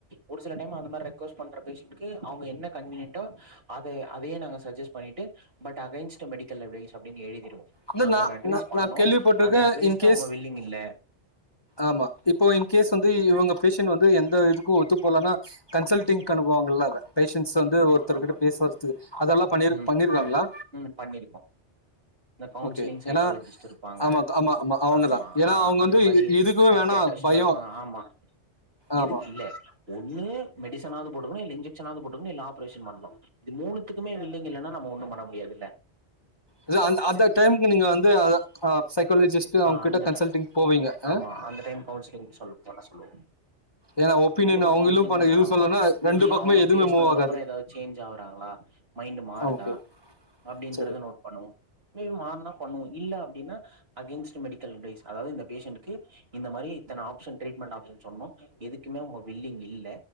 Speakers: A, on the right; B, on the left.
A: ஒரு சில டைம் அந்த மாரி ரெக்வஸ்ட் பண்ற பேஷண்டுக்கு அவுங்க என்ன கன்வீனியன்ட்டோ அத அதயே நாங்க சஜெஸ்ட் பண்ணிட்டு பட் அகைன்ஸ்ட் மெடிக்கல் எவிடெண்ஸ் அப்டின் எழுதிருவோ
B: இல்ல
A: நாங்க
B: நான்
A: ஒரு அட்வைஸ்
B: நான்
A: பண்ணோ
B: நான் கேள்விப்பட்டிருக்கேன்.
A: அந்த அட்வைஸ்க்கு
B: இன்கேஸ்
A: அவுங்க வில்லிங் இல்ல
B: ஆமா இப்போ இன் கேஸ் வந்து இவுங்க பேஷன்ட் வந்து எந்த இதுக்கு ஒத்து போலனா கன்சல்டிங் கனுபவாங்கள்ல அத பேஷன்ஸ் வந்து
A: ஆமா
B: ஒருத்தர்கிட்ட
A: ஆமா
B: பேசுவதுக்கு அதெல்லா பண்ணிரு
A: ம்
B: பண்ணிருவாங்களா
A: ம் பண்ணிருக்கோ இந்த கவுன்சிலிங்
B: ஓகே.
A: சைக்காலஜிஸ்ட்
B: ஏன்னா
A: இருப்பாங்க
B: ஆமா, ஆமா, அவங்க
A: ஆமா
B: தான். ஏன்னா
A: ஆ
B: அவங்க
A: அந்த
B: வந்து
A: மாரி
B: இ இதுக்குமே
A: சைக்காட்ரிஸ்ட்
B: வேணாம் பயம்.
A: சருப்பா ஆமா
B: ஆமா.
A: எதுக்கு இல்ல ஒன்னு மெடிசனாவது போட்டுக்கணு இல்ல இஞ்ச ஷனாவது போட்டுக்குன்னு இல்ல ஆபரேஷன் பண்ணு இது மூணுதுக்கு வில்லிங் இல்லன்னா நம்ம ஒன்னு பண்ண முடியாது இல்ல
B: இல்ல அந் அந்த டைமுக்கு நீங்க வந்து அது சைக்காலஜிஸ்ட்
A: அ
B: அவங்க கிட்ட
A: அந்த
B: கன்சல்டிங்
A: டைம்
B: போவீங்க
A: ஆமா
B: ஆ?
A: அந்த டைம் கவுன்சிலிங் சொல் பண்ண சொல்லுவோ
B: ஏன்னா ஒப்பீனியன்
A: கண்டிப்பா
B: அவங்களும்
A: கவுன்சிலிங்
B: பண்ண
A: பண்ணி
B: எதுவும்
A: ஆமா
B: சொல்லனா
A: மேபி
B: ரெண்டு பக்கமே
A: அவுங்க
B: எதுவுமே
A: பேசனதுக்கு
B: மூவ் ஆகாது
A: அப்றோ ஏதாது சேஞ்ச் ஆவ்றாங்ளா மைண்டு மாறுதா
B: ஓகே
A: அப்டின்றது
B: சரி
A: நேட் பண்ணுவோ அகைன் மார்னா பண்ணுவோ இல்ல அப்டின்னா அகேன்ஸ்ட் மெடிக்கல் கைஸ் அதாவது இந்த பேஷன்ட்க்கு இந்த மாரி இத்தன ஆப்ஷன் ட்ரீட்மெண்ட் ஆப்ஷன் சொன்னோ எதுக்குமே அவங்க வில்லிங் இல்ல